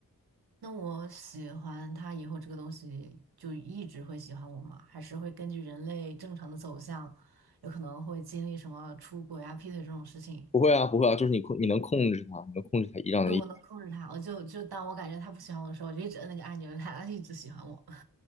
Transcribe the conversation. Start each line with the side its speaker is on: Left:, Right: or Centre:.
Right: 那我喜欢他以后，这个东西就一直会喜欢我吗？还是会根据人类正常的走向，有可能会经历什么出轨啊、劈腿这种事情？
Left: 不会啊，不会啊，就是你控你能控制它，你能控制它一让它一。
Right: 就我能控制他，我就就当我感觉他不喜欢我的时候，我就一直摁那个按钮，让他 <laughs> 一直喜欢我。